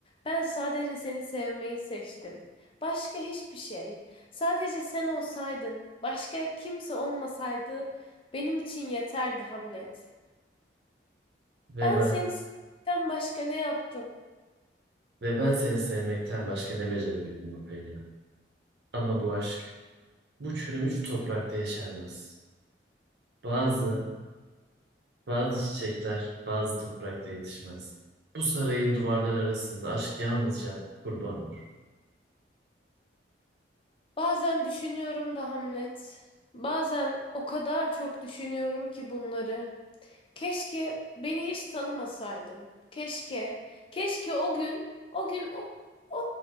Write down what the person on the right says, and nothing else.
Ve
ben,
ve ben seni sevmekten başka ne becerebildim Ophelia. Ama bu aşk Bu çürümüş toprakta yeşermez. Bazı, bazı çiçekler bazı toprakta yetişmez. Bu sarayın duvarları arasında aşk yalnızca kurban olur.